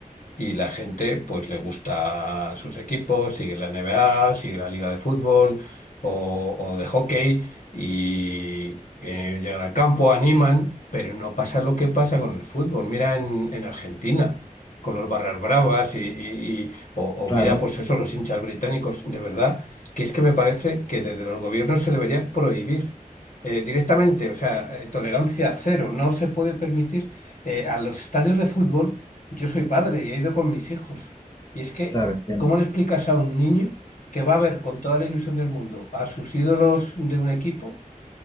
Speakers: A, on the left (about 65°); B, on the left (about 25°).
A: Y la gente, pues, le gusta sus equipos, sigue la NBA, sigue la liga de fútbol o, o de hockey y eh, llegan al campo, animan, pero no pasa lo que pasa con el fútbol. Mira en, en Argentina, con los barras bravas y, y- y- o, o
B: Claro,
A: mira, pues eso, los hinchas británicos, de verdad, que es que me parece que desde los gobiernos se debería prohibir eh, directamente, o sea, eh, tolerancia cero, no se puede permitir eh, a los estadios de fútbol yo soy padre y he ido con mis hijos. Y es que,
B: claro, entiendo.
A: ¿cómo le explicas a un niño que va a ver con toda la ilusión del mundo a sus ídolos de un equipo